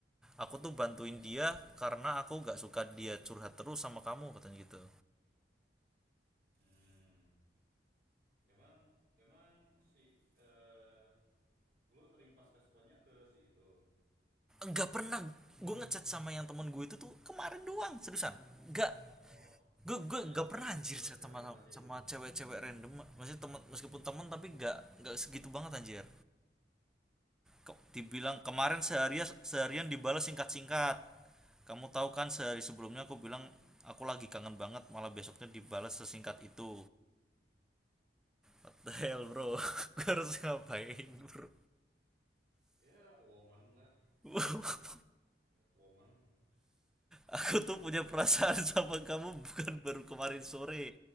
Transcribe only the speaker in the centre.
aku tuh bantuin dia karena aku gak suka dia curhat terus sama kamu katanya gitu
nggak pernah gue ngechat sama yang temen gue itu tuh kemarin doang seriusan nggak
gue
gue
gak pernah anjir
sama
sama
cewek-cewek random masih teman meskipun teman tapi gak gak segitu banget anjir Ke- dibilang
kemarin seharian seharian dibalas singkat-singkat kamu tahu kan sehari sebelumnya aku bilang aku lagi kangen banget malah besoknya dibalas sesingkat itu What the hell bro
<laughs>
gue
harus ngapain bro
<laughs>
Aku tuh punya
perasaan
<laughs>
sama kamu bukan
baru kemarin sore.